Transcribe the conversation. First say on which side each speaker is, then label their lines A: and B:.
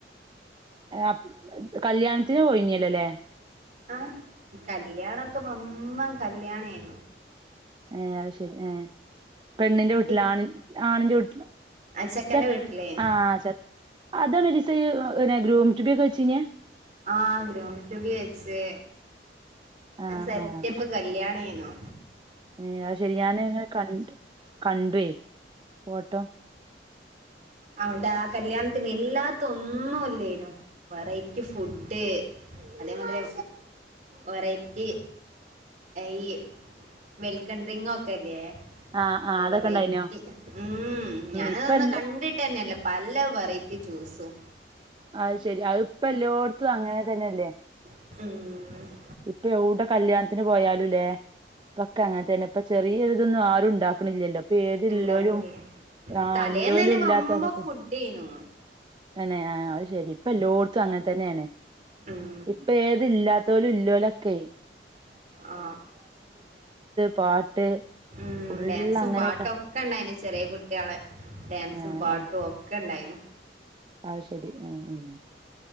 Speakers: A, on the right; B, on the right.
A: അപ് കല്യാണത്തിന് പോയിഞ്ഞല്ലോ ലെ
B: ആ കല്യാണം ഒക്കെ വമ്പൻ ക കല്യാണേനു
A: ഏ അത് ശെരി ഏ പെണ്ണിന്റെ
B: വി എ
A: വീട്ടില്
B: പി
A: ആണി ആണിന്റെ വീട്ടില്
B: ആ ചെക്കന്റെ
A: ചെ
B: വീട്ടിലേ
A: ആ ചെ അതാണ് ഒരു ദിവസം ഇയ്യ് പിന്നെ ഗ്രൂമ് ടു ബി വെച്ചിനെ
B: ആ ഗ്രൂമ് ടു ബി വെച്ച്
A: ആഹ്
B: സെറ്റപ്പ്
A: ആഹ്
B: കല്യാണം ഏര്ന്നു
A: ഏ അത് ശെരി ഞാൻ ഇങ്ങനെ ക കണ്ട്വേ ഫോട്ടോ
B: അവിടെ ആ കല്യാണത്തിന് ഇല്ലാത്തത് ഒന്നുല്യേന്നു വെറൈറ്റി ഫുഡ് അതേമാതിരി വെറൈറ്റി ഈ വെൽക്കം ഡ്രിങ്കും ഒക്കെ ഇല്ലേ
A: ആ ആ അതൊക്കെ
B: വെറൈറ്റി
A: ഉണ്ടായിനോ
B: ഉം ഞാനതൊന്നും
A: ഇപ്പ എല്ലോ
B: കണ്ടിട്ട <unintelligible> പല വെറൈറ്റി ജ്യൂസും
A: അത് ശെരി അത് ഇപ്പ എല്ലോട്ത്തും അങ്ങനെ തെന്നല്ലേ
B: ഉം
A: ഇപ്പ എവിടെ കല്യാണത്തിന് പോയാലും ഇല്ലേ <unintelligible> ക്കൊ അങ്ങനെതെന്നെ ഇപ്പ ചെറിയൊരു ഇതൊന്നും ആരും ഇണ്ടാക്ക്ണ്ല്ലല്ലോ ഇപ്പൊ ഏതില്ലേലും
B: ഇണ്ടാക്കല്
A: ആ
B: തലേന്നന്നെ
A: ഇല്ലോലും ഇല്ലാത്തവ
B: വമ്പം ഫുഡേനു
A: ന്നെ ആ അത് ശെരി ഇപ്പൊ എല്ലോട്ത്തും അങ്ങനെ തന്നേണ്
B: ഉം
A: ഇപ്പൊ ഏത് ഇല്ലാ ത്തോലു ലോലൊക്കെ
B: ആ
A: പാട്ട്
B: ഉം
A: ഫുള്ള്
B: ഡാൻസും
A: അങ്ങനെയൊക്കെ
B: പാട്ടും ഒക്കെ ഇണ്ടായിന് ചെറിയ കുട്ട്യാളെ ഡാൻസും
A: ആ
B: പാട്ടും
A: ആ
B: ഒക്കെ ഇണ്ടായ്നു
A: അത് ശെരി ഉം